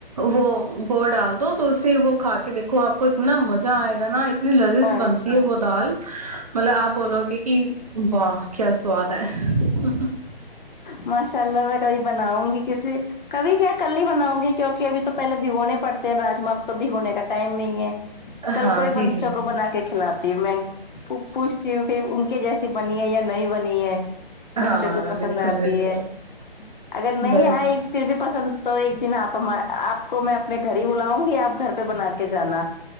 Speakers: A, on the right; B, on the left.
A: وہ وہ ڈال دو تلسی وہ کھا کے دیکھو آپ کو اتنا مزہ آئے گا نا اتنی لذیذ
B: اچھا
A: بنتی ہے وہ دال مطلب آپ بولو گی کہ واہ کیا سواد ہے ہ ہ <inaudible>
B: مشاللہ میں کبھی بناؤں گی کسی کبھی کیا کل ہی بناؤں گی کیونکہ ابھی تو پہلے بھگونے پڑتے ہیں راجما اب تو بھگونے کا ٹائم نہیں ہے کل
A: ہاں
B: کوئی
A: جی
B: بنچ
A: جی جی
B: کو بنا کے کھلا میں پوچھتی ہوں پھر ان کے جیسی بنی ہے یا نہیں بنی ہے بچوں
A: ہاں
B: کو پسند
A: بالکل
B: آتی
A: بالکل
B: ہے اگر نہیں
A: بس
B: آئی پھر بھی پسند تو ایک دن آپ آپ کو میں اپنے گھر ہی بلاؤں گی آپ گھر پہ بنا کے جانا